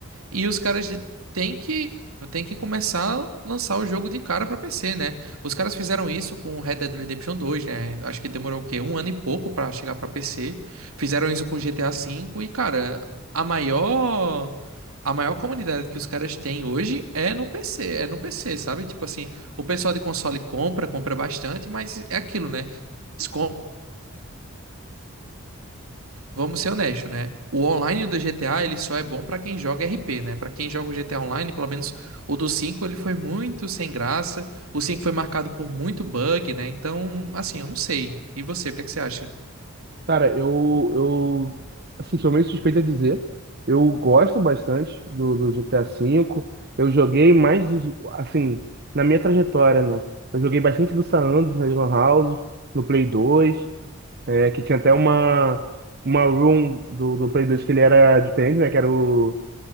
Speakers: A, on the right; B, on the right.
A: E os caras têm que, têm que começar a lançar o jogo de cara pra PC, né? Os caras fizeram isso com Red Dead Redemption 2, né? Acho que demorou o quê? Um ano e pouco pra chegar pra PC. Fizeram isso com GTA V e, cara, a maior. A maior comunidade que os caras têm hoje é no PC, é no PC, sabe? Tipo assim, o pessoal de console compra, compra bastante, mas é aquilo, né? Eles compram Vamos ser honestos, né? O online do GTA, ele só é bom pra quem joga RP, né? Pra quem joga o GTA Online, pelo menos o do 5 ele foi muito sem graça. O 5 foi marcado por muito bug, né? Então, assim, eu não sei. E você, o que é que você acha?
B: Cara, eu, eu, assim, sou meio suspeito a dizer. Eu gosto bastante do, do GTA V. Eu joguei mais, assim, na minha trajetória, né? Eu joguei bastante do San Andreas nas Lan Houses, no Play 2. É, que tinha até uma, uma room do, do Play 2 que ele era diferente, né? Que era o